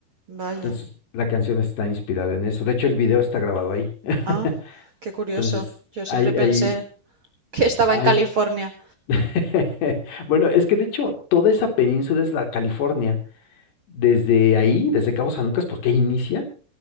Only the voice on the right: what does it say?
vaya.
Ah, qué curioso.
Yo
siempre pensé
que estaba
en California.